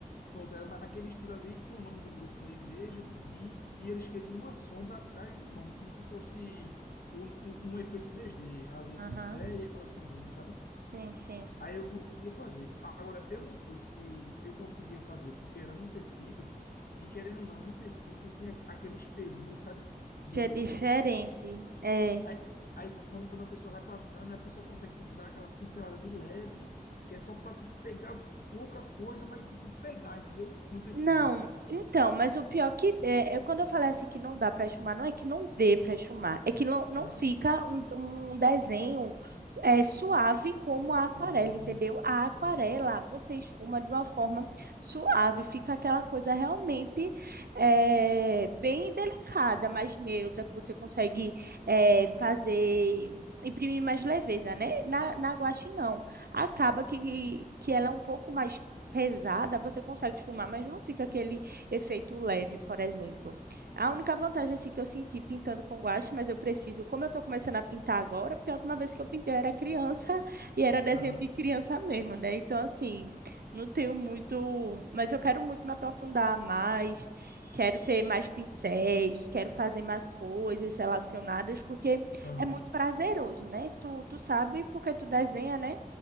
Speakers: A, on the left (about 75°); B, on the right (about 85°).
A: Pronto, era naquele estilo ali, com o nome do grupo da igreja, tudinho. E eles queriam uma sombra atrás do nome, como se fosse um, um, um efeito três d a letra
B: Aham.
A: em pé e aquela sombrinha, sabe?
B: Sim, sim.
A: Aí eu conseguia fazer. Agora, eu não sei se eu conseguia fazer, porque era no tecido, e querendo ou não, no tecido tem a- aquele espelhinho, sabe? Do,
B: Que é diferente.
A: do...
B: É.
A: Aí, aí quando, quando a pessoa vai passando, a pessoa consegue, tipo, dar aquela pincelada de leve, que é só para, tipo, pegar pouca coisa, mas, tipo, pegar, entendeu? No tecido.
B: Não, então, mas o pior que é, eu- quando eu falei assim que não dá para esfumar, não é que não dê para esfumar, é que não, não
A: Aham.
B: fica um, um desenho é, suave como a
A: Sim,
B: aquarela, entendeu? A aquarela
A: entendi.
B: você esfuma de uma forma suave, fica aquela coisa realmente é, bem delicada, mais neutra, que você consegue é, fazer, imprimir mais leveza, né? Na, na guache não, acaba que, que ela é um pouco mais pesada, você consegue fumar mas não fica aquele efeito leve, por exemplo. A única vantagem assim que eu senti pintando com guache, mas eu preciso, como eu estou começando a pintar agora, porque a última vez que eu pintei eu era criança <laughs> e era desenho
A: Aham,
B: de criança mesmo, né? Então assim, não tenho muito, mas eu quero muito me aprofundar mais, quero ter mais pincéis, quero fazer mais coisas relacionadas, porque
A: aham.
B: é muito prazeroso, né? Tu, tu sabe porque tu desenha, né?